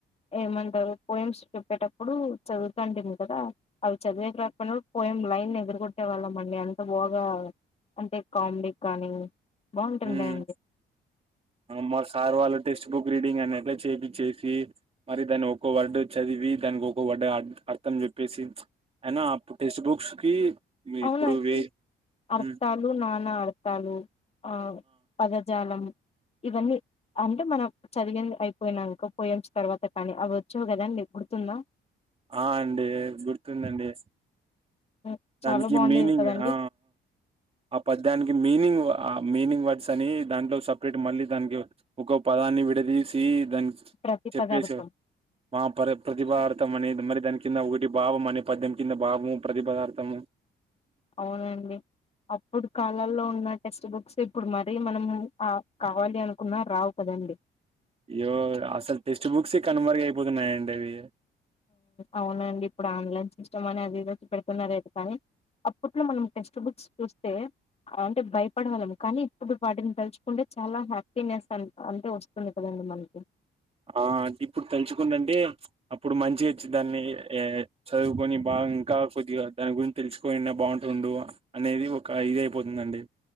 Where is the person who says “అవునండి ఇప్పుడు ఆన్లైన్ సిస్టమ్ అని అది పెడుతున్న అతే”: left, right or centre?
Left